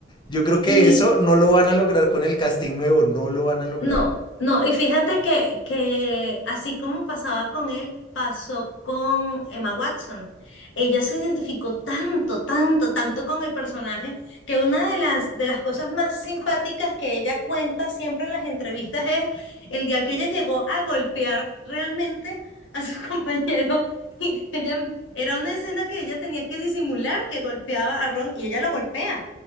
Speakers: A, on the left; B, on the left.
A: yo creo que
B: y
A: eso no lo van a lograr con el casting nuevo, no lo van a lograr.
B: No, no, y fíjate que, que así como pasaba con él, pasó con Emma Watson. Ella se identificó tanto, tanto, tanto con el personaje que una de las, de las cosas más simpáticas que ella cuenta siempre en las entrevistas es el día que ella llegó a golpear realmente a su <laughs> compañero. Y ella, era una escena que ella tenía que disimular que golpeaba a Ron y ella lo golpea.